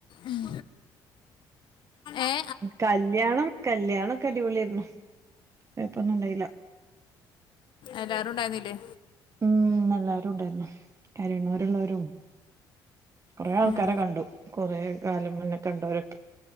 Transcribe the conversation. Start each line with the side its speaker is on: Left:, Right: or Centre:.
Left: ഉം ഏഹ്
Right: കല്ല്യാണം കല്യാണൊക്കെ അടിപൊളിയായിരുന്നു കൊയപ്പൊന്നുണ്ടായില്ല
Left: എല്ലാരുണ്ടായിരുന്നില്ലേ
Right: ഉം എല്ലാരുണ്ടായിരുന്നു കരയ്ണോലുള്ളോരും കൊറെ ആൾക്കാരെ
Left: ഉം
Right: കണ്ടു കൊറെ കാലം മുന്നെ കണ്ടോരൊക്കെ